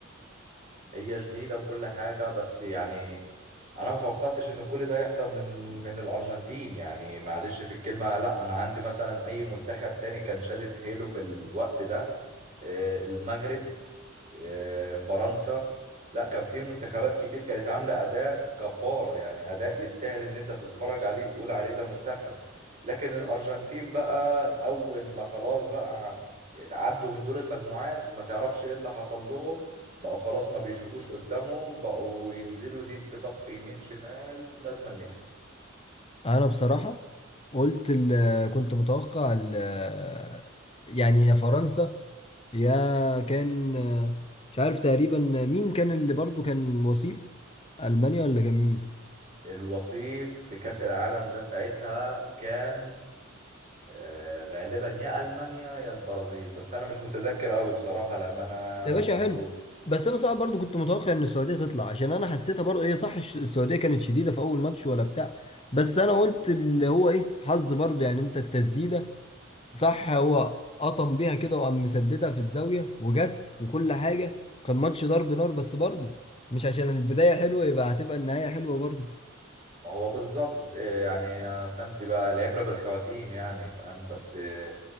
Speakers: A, on the right (about 35°); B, on the left (about 30°).
A: هي جديدة وكل حاجة بس يعني أنا متوقعتش إن كل ده يحصل من من الأرجنتين يعني معلش في الكلمة لأ أنا عندي مثلا أي منتخب تاني كان شادد حيله في الوقت ده آه، المغرب آه، فرنسا لا كان في منتخبات كتير كانت عاملة أداء جبار يعني أداء يستاهل إن أنت تتفرج عليه تقول عليه ده منتخب لكن الأرجنتين بقى أول ما خلاص بقى عدوا من دور المجموعات ما تعرفش إيه اللي حصل لهم بقوا خلاص ما بيشوفوش قدامهم بقوا ينزلوا ديب بطخ يمين شمال لازم نكسب
B: أنا بصراحة قلت ال- كنت متوقع ال- يعني يا فرنسا يا كان آه، مش عارف تقريبا مين كان اللي برضه كان وصيف ألمانيا ولا كان مين
A: الوصيف في كأس العالم ده ساعتها كان آه، غالبا يا المانيا يا البرازيل بس انا مش متذكر قوي بصراحه لان انا
B: يا باشا
A: برضو
B: حلو بس انا صعب برضو كنت متوقع ان السعوديه تطلع عشان انا حسيتها برضو هي صح الش- السعوديه كانت شديده في اول ماتش ولا بتاع بس انا قلت اللي هو ايه حظ برضو يعني انت التسديده صح هو قطم بيها كده وقام مسددها في الزاويه وجت وكل حاجه كان ماتش ضرب نار بس برضو مش عشان البدايه حلوه يبقى هتبقى النهايه حلوه برضو
A: ما هو بالظبط آه، يعني آه، فهمت بقى العبره بالخواتيم يعني فاهم بس آه،